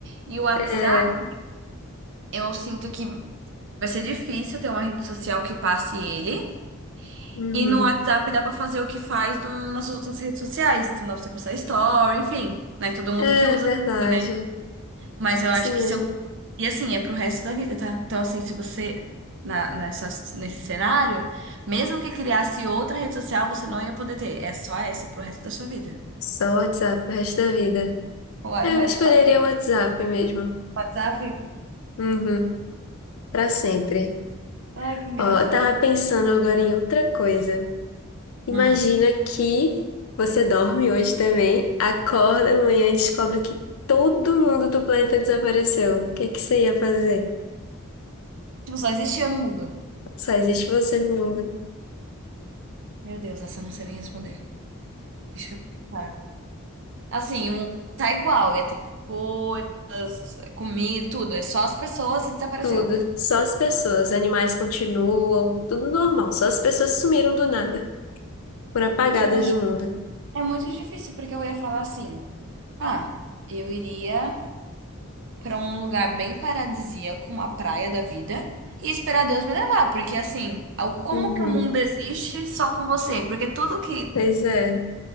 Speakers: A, on the right; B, on the left.
A: E o WhatsApp,
B: é.
A: eu sinto que vai ser difícil ter uma rede social que passe ele.
B: uhum.
A: E no WhatsApp dá pra fazer o que faz no- nas outras redes sociais. Então dá pra você postar story, enfim, né? Todo mundo
B: É
A: que usa
B: verdade.
A: também, né? Mas eu
B: Isso
A: acho
B: mesmo.
A: que se eu. E assim, é pro resto da vida, tá? Então, assim, se você. Na, nessa, nesse cenário, mesmo que criasse outra rede social, você não ia poder ter. É só essa pro resto da sua vida.
B: Só WhatsApp o resto da vida.
A: O, o
B: É,
A: resto
B: eu escolheria
A: da
B: o WhatsApp mesmo.
A: WhatsApp?
B: Uhum. Para sempre.
A: Ai, que engraçado.
B: Ó, eu tava pensando agora em outra coisa. Imagina
A: Hum.
B: que você dorme hoje também, acorda amanhã e descobre que todo mundo do planeta desapareceu. O que é que você ia fazer?
A: Tipo, só existe eu no mundo.
B: Só existe você no mundo.
A: Meu Deus, essa eu não sei nem responder. Deixa eu pensar. Assim, o mundo tá igual, ia ter coisas, comida, tudo. É só as pessoas e desapareceu.
B: Tudo. Só as pessoas. Animais continuam. Tudo normal. Só as pessoas sumiram do nada. Foram apagadas
A: Gente, eu acho.
B: do mundo.
A: É muito difícil, porque eu ia falar assim: ah, eu iria pra um lugar bem paradisíaco, uma praia da vida, e esperar Deus me levar, porque assim, ao- como
B: Uhum.
A: que o mundo existe só com você? Porque tudo que
B: Pois é.